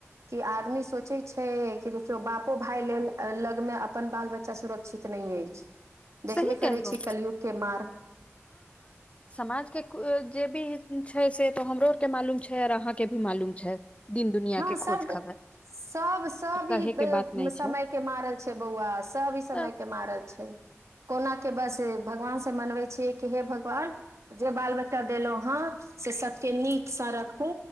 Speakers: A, on the right; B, on the left.
A: की आदमी सोचे छै कि देखियौ बापो भाय लेल लगमे अपन बाल बच्चा सुरक्षित नहि अछि देखबे
B: सही कहलहुँ
A: करै छी कलयुग के मार्ग
B: समाजके जे भी छै से तो हमरो आर के मालूम छै आओर अहाँके भी मालूम छै यहां
A: हँ
B: के
A: सब
B: खोज
A: ड-
B: खबर
A: सब सब
B: कहै
A: ई
B: के बात नहि
A: समय
B: छै
A: के मारल छै बौआ सब ई समय
B: अ,
A: के मारल छै कोना के बस भगवान से मनबै छियै की हे भगवान जे बाल बच्चा देलहुं हें से सबके नीक से रखू